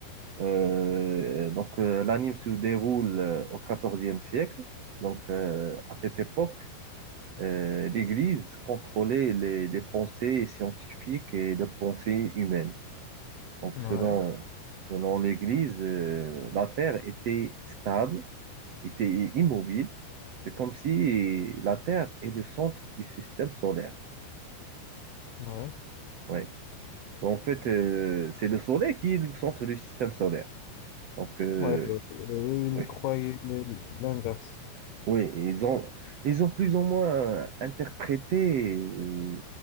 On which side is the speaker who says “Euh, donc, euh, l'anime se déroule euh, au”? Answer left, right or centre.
Right